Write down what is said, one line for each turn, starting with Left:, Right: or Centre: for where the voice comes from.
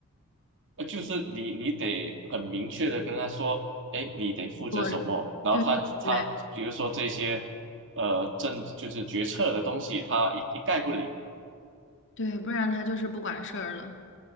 Right: 呃，就是你你得很明确的跟他说，哎，你得负责什么，
Left: 我
Right: 然后他他比如说这些，
Left: 对对
Right: 呃，政就是决策的东西，他一一概不理。
Left: 对，不然他就是不管事儿的。